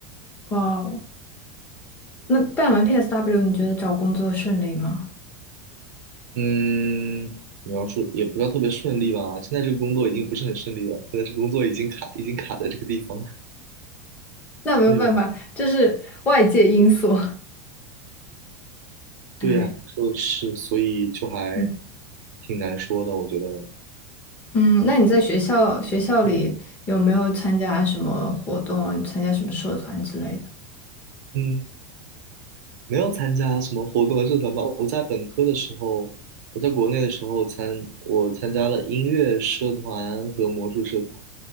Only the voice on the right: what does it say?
嗯，你要说也不要特别顺利吧，现在这个工作已经不是很顺利了，现在这个工作已经卡已经卡在这个地方了，
对吧？
对呀，
你说的是，所以就还
挺难说的，我觉得，
嗯，
嗯没有参加什么活动和社团吧。我在本科的时候，我在国内的时候参，我参加了音乐社团和魔术社团，